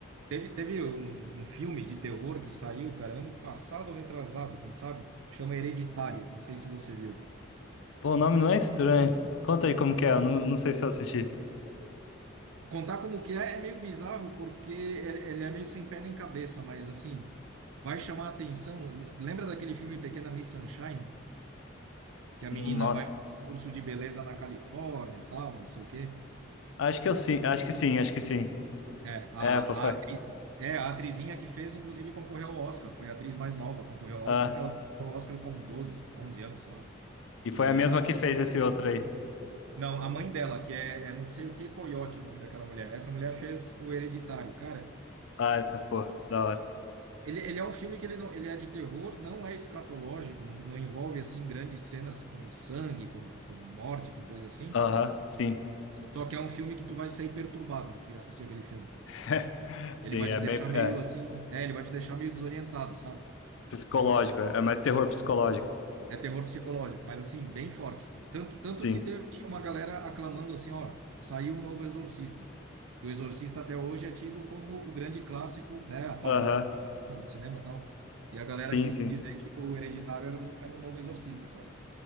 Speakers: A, on the right; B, on the left.
A: teve, teve um, um filme de terror que saiu, cara, ano passado ou retrasado, quem sabe? Chama Hereditário. Não sei se você viu.
B: Pô, o nome não é estranho. Conta aí como que é, eu não, não sei se eu assisti.
A: Contar como que é é meio bizarro porque ele, ele é meio sem pé nem cabeça, mas assim, vai chamar a atenção. Lembra daquele filme Pequena Miss Sunshine? Que a
B: Nossa,
A: menina vai para um curso de beleza na Califórnia, tal, não sei o quê.
B: acho que eu sim, acho que sim, acho que sim.
A: É, a,
B: É, pô, foi.
A: a atriz, é, a atrizinha que fez, inclusive, concorreu ao Oscar. Foi a atriz mais nova, concorreu ao
B: Ah,
A: Oscar, que ela concorreu ao Oscar com 12, 11 anos, sei lá.
B: e foi
A: E,
B: a mesma que fez esse outro aí.
A: não, a mãe dela, que é, é não sei o que, Coyote, o nome daquela mulher. Essa mulher fez o Hereditário. Cara,
B: Ah, tá, pô, da hora.
A: Ele, ele é um filme que ele, não, ele é de terror, não é escatológico, não, não envolve assim grandes cenas com sangue, com, com morte, com coisa assim.
B: Aham, sim.
A: Só que é um filme que tu vai sair perturbado de assistir aquele filme.
B: <laughs> Sim,
A: Ele vai
B: é
A: te deixar
B: meio
A: meio
B: é,
A: assim, é, ele vai te deixar meio desorientado, sabe?
B: psicológico,
A: E
B: é mais terror psicológico.
A: é terror psicológico, mas assim, bem forte. Tanto, tanto
B: Sim.
A: que teve- tinha uma galera aclamando assim, ó, saiu o novo Exorcista. Que o Exorcista até hoje é tido como o grande clássico, né, apavor,
B: Aham,
A: apavor do cinema e tal. E a galera
B: sim,
A: quis
B: sim.
A: dizer que o Hereditário era um, era um novo Exorcista, sabe?